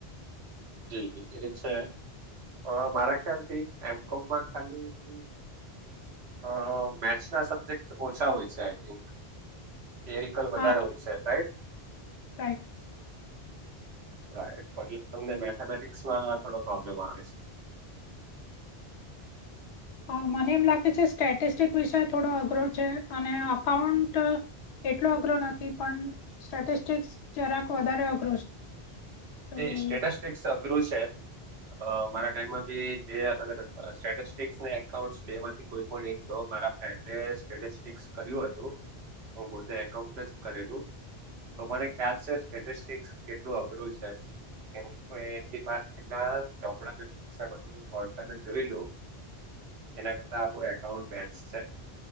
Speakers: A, on the right; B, on the left.
A: જી, જી એ છે. અ મારા ખ્યાલથી એમ કોમમાં ખાલી ઈ ઈ અ મેથ્સના સબ્જેક્ટ ઓછા હોય છે આઈ થિંક થરિકલ વધારે
B: હા.
A: હોય છે, રાઈટ?
B: રાઈટ.
A: રાઈટ, બાકી તમને મેથેમેટિક્સમાં થોડો પ્રોબ્લેમ આવે છે? <inaudible>
B: હા, મને એમ લાગે છે સ્ટેટિસ્ટિક વિષય થોડો અઘરો છે અને અકાઉન્ટ એટલો અઘરો નથી પણ સ્ટેટિસ્ટિકસ જરાક વધારે અઘરો છે. તો
A: તે સ્ટેટસ્ટિકસ અઘરું છે અ મારા ટાઈમમાં ભી બે અલગ -અલગ સ્ટેસ્ટસ ને એકાઉન્ટ બે માંથી. કોઈ પણ એક મારા ફ્રેન્ડ સ્ટેટસ <unintelligible> કર્યું હતું, હું પોતે એકાઉન્ટ જ કરેલું તો મને ખ્યાલ છે, સ્ટેટસ્ટિકસ કેટલું અઘરું છે. કેમ કે, <unintelligible> એમની <unintelligible> ના ચોપડાને બુક્સ ‌ને બધુ <unintelligible> જોયેલું એના કરતા આપણું એકાઉન્ટ બેસ્ટ છે,